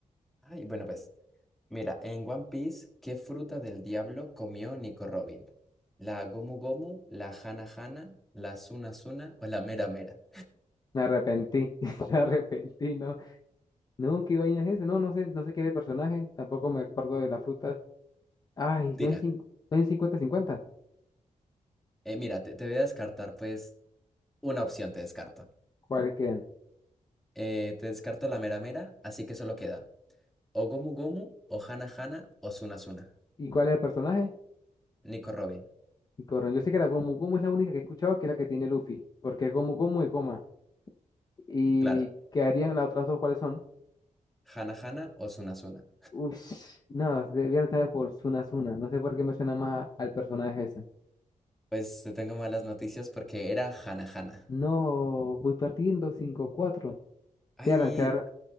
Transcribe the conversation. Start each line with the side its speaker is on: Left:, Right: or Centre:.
Centre: Ay, bueno, pues, mira, en One Piece, ¿qué fruta del diablo comió Nico Robin? ¿La Gomu Gomu, la Hana Hana, la Suna Suna o la Mera Mera?
Left: Me arrepentí, <laughs> me arrepentí, no. No, qué vaina es eso. No, no sé, no sé qué de personaje. Tampoco me acuerdo de las frutas. Ay,
Centre: Tira,
Left: no hay cinco, no hay cincuenta cincuenta
Centre: eh, mira, te, te voy a descartar, pues, una opción te descarto.
Left: ¿Cuáles quedan?
Centre: Eh, te descarto la Mera Mera, así que solo queda o Gomu Gomu, o Hana Hana, o Suna Suna.
Left: ¿Y cuál es el personaje?
Centre: Nico Robin,
Left: Y Corran. Yo sé que la Gomu Gomu es la única que he escuchado que es la que tiene Luffy. Porque es Gomu Gomu y Goma. ¿Y
Centre: claro,
Left: qué harían las otras dos? ¿Cuáles son?
Centre: Hana Hana o Suna Suna.
Left: Ush, <sniffs> no, debían estar por Suna Suna. No sé por qué me suena más a- al personaje ese.
Centre: Pues te tengo malas noticias porque era Hana Hana.
Left: No, voy partiendo cinco cuatro
Centre: Ay,
Left: Te voy a lanzar